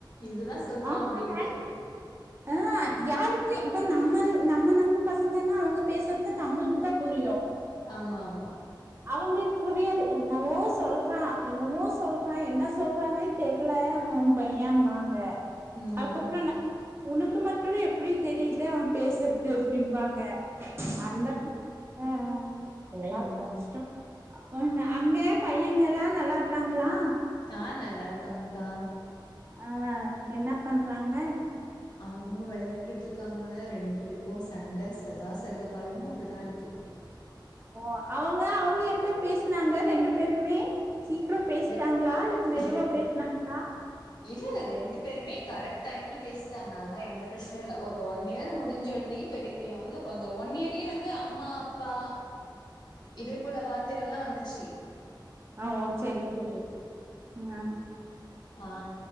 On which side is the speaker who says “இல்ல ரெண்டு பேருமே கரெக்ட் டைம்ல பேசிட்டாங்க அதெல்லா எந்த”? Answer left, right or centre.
Left